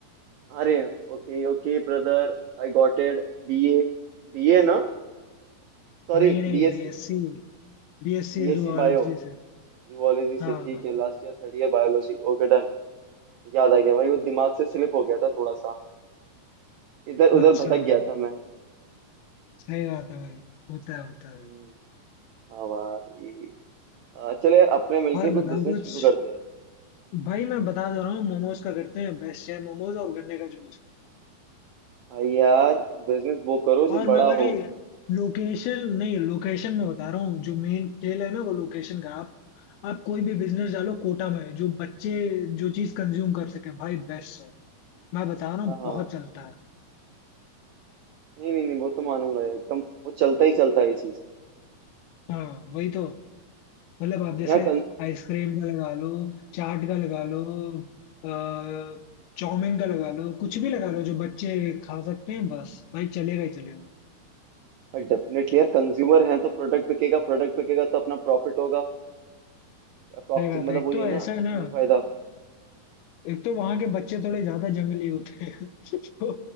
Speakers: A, on the right; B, on the left.
A: अरे okay okay brother I got it BA BA ना sorry
B: नहीं नहीं
A: BSc
B: बीएससी बीएससी
A: BSc
B: जूलॉजी
A: bio
B: से
A: zoology से
B: हाँ
A: ठीक है last year third year biology okay done याद आ गया भाई वो दिमाग से स्लिप हो गया था थोड़ा सा इधर
B: अच्छा
A: उधर भटक
B: भाई
A: गया था मैं
B: सही बात है भाई होता है होता
A: हम्म,
B: है
A: हाँ भाई आ, चले यार अपने मिलके
B: और
A: कोई
B: बताओ
A: बिजनेस
B: कुछ
A: शुरू करते हैं
B: भाई मैं बता दे रहा हूँ मोमोज का करते हैं बेस्ट है मोमोज और गन्ने का जूस
A: भाई यार बिजनेस वो करो
B: और
A: जो
B: मैं
A: बड़ा
B: भाई
A: हो
B: लोकेशन नहीं लोकेशन में बता रहा हूँ जो मेन खेल है ना वो लोकेशन का आप आप कोई भी बिजनेस डालो कोटा में जो बच्चे जो चीज कंज्यूम कर सके भाई बेस्ट है मैं बता रहा हूँ
A: हाँ हाँ
B: बहुत चलता है
A: नहीं नहीं नहीं वो तो मानूंगा यार, एकदम वो चलता ही चलता है ये चीज
B: हाँ वही तो मतलब आप जैसे
A: जहाँ
B: आइसक्रीम का लगा लो चाट का लगा लो अ, चाउमीन का लगा लो कुछ भी लगा लो जो बच्चे खा सकते हैं बस भाई चलेगा ही चलेगा
A: डेफिनेटली यार कंज्यूमर हैं तो प्रोडक्ट बिकेगा प्रोडक्ट बिकेगा तो अपना प्रॉफिट होगा अप्रॉक्सिम
B: सही बात
A: मतलब
B: है एक
A: वही
B: तो
A: है
B: ऐसा
A: ना
B: है
A: अपना
B: ना
A: ही फायदा
B: एक तो वहां के बच्चे थोड़े ज्यादा जंगली होते हैं <laughs> तो